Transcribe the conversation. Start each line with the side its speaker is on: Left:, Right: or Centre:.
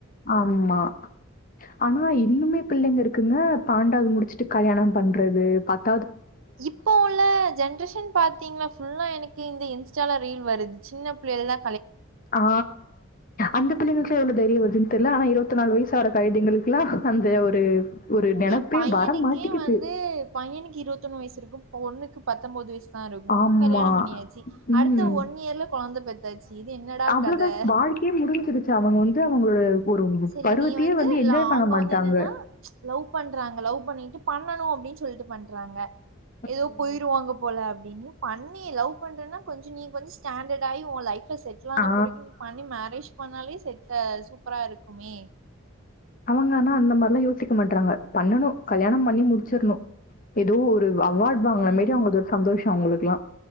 Left: ஆமா ஆனா இன்னுமே பிள்ளைங்க இருக்குங்க பாண்டாவது முடிச்சிட்டு கல்யாண பண்றது பத்
Right: இப்ப உள்ள ஜென்ரேஷன் பாத்தீங்ளா ஃபுல்லா எனக்கு இந்த இன்ஸ்டால ரீல் வருது சின்ன பிள்ளைல எல்லா
Left: ஆ அந்த பிள்ளைங்க எப்டி இவ்ளோ தைரிய வருதுன் தெர்ல ஆனா இருவத்தி நாலு வயசாகுற கழுதைங்களுக்குலா அந்த ஒரு ஒரு நெனப்பே
Right: ஏ பையனுக்கே
Left: வர மாட்டேங்குது.
Right: வந்து பையனுக்கு இருவத்தொண்ணு வயசு இருக்கு பொண்ணுக்கு பத்தொம்பது வயசு தா இருக்கு
Left: ஆமா.
Right: கல்யாணம் பண்ணியாச்சு
Left: ம்.
Right: அடுத்த ஒன் இயர்ல கொழந்தை பெத்தாச்சு இது என்னடா கத
Left: அவ்வளவுதா வாழ்க்கையே முடிஞச்சிருச்சு அவங்க வந்து அவங்களோட ஒரு
Right: சரி
Left: பருவத்தையே
Right: நீ வந்து
Left: என்ஜாய்
Right: ல அவங்க
Left: பண்ண மாட்டாங்க.
Right: வந்து என்னன்னா லவ் பண்றாங்க லவ் பண்ணிட்டு பண பண்ணனு அப்படீன்னு சொல்லிட்டு பண்றாங்க
Left: ம்.
Right: ஏதோ போயிருவாங்க போல அப்படின்னு பண்ணி லவ் பண்றேன்னா கொஞ்ச நீ கொஞ்ச ஸ்டாண்டர்ட் ஆயி ஓ லைஃப் செட்டிலான
Left: ஆ
Right: பொறிக்கி நீ பண்ணி மேரேஜ் பண்ணாலே செட்ல அ சூப்பரா இருக்குமே
Left: அவங்கனா அந்த மாதிரில்லா யோசிக்க மாட்றாங்க பண்ணணு கல்யாணம் பண்ணி முடிச்சிறணு ஏதோ ஒரு அவார்டு வாங்கின
Right: ம்
Left: மாரி அவங்களுக்கு ஒரு சந்தோஷ அவங்களுக்குல்லா